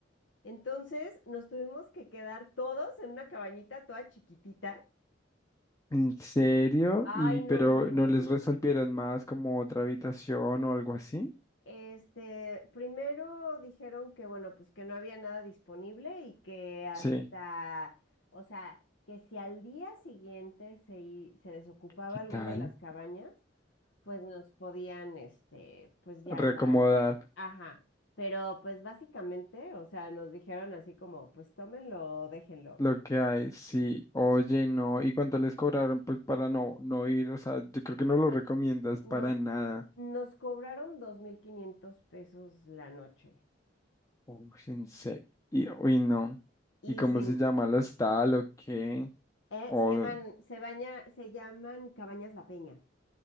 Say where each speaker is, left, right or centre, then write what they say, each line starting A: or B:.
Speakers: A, on the left (about 85°); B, on the left (about 15°).
A: Entonces nos tuvimos que quedar todos en una cabañita toda chiquitita.
B: ¿En serio?
A: Ay,
B: ¿Y
A: no,
B: pero
A: no, no,
B: no les
A: no,
B: resolvieron
A: no.
B: más como otra habitación o algo así?
A: Este, primero dijeron que, bueno, pues que no había nada disponible y que hasta,
B: Sí.
A: o sea, que si al día siguiente se, i- se desocupaba
B: ¿Qué
A: alguna
B: tal?
A: de las cabañas, pues nos podían, este, pues ya
B: Reacomodar.
A: dar otra. Ajá, pero pues básicamente, o sea, nos dijeron así como, pues tómenlo, o déjenlo.
B: Lo que hay, sí, oye,
A: Y
B: no, ¿y cuánto les cobraron? Pues para no, no ir, o sea, yo creo que no lo recomiendas
A: nos,
B: para nada.
A: nos cobraron 2.500 pesos la noche
B: Uy, en se- y, uy, no.
A: y
B: ¿Y cómo
A: sin...
B: se llama la tal o qué?
A: Eh,
B: O
A: se llaman, se baña, se llaman Cabañas La Peña.